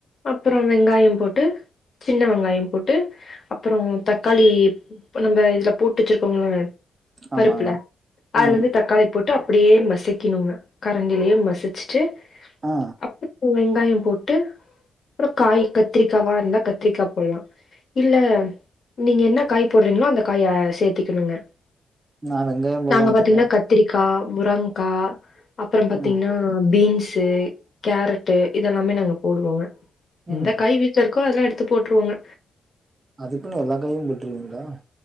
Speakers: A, on the left; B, on the right.
A: அப்பறோ வெங்காயம் போட்டு சின்ன வெங்காயம் போட்டு அப்பறோ தக்காளி நம்ம இதுல போட்டு வச்சிருக் கோங்கில்லங்க
B: ஆமாங்க
A: பருப்புல அதுல
B: ம்
A: இருந்து தக்காளி போட்டு அப்டியே மசைக்கிணுங்க கரண்டிலயே மசிச்சுட்டு
B: ஆ
A: அப்பப்போ வெங்காயம் போட்டு அப்புறோ காய் கத்திரிக்காவா இருந்தா கத்திரிக்கா போடலா இல்ல நீங்க என்ன காய் போடுறீங்களோ அந்த காய சேர்த் திக்கணுங்க
B: நா வெங்காயம் போடலான்ட்டு
A: நாங்க பாத்தீங்கன்னா
B: இருக்கே
A: கத்திரிக்கா முரங்கா அப்பறோ பாத்தீங்கன்னா
B: ம்
A: பீன்ஸு கேரட்டு இதெல்லாமே நாங்க போடுவோங்க எந்த
B: ம்
A: காயி வீட்டுல இருக்கோ அதெல்லா எடுத்து போட்டுருவோங்க
B: அதுக்குன்னு எல்லா காயு போட்டுருவீங்களா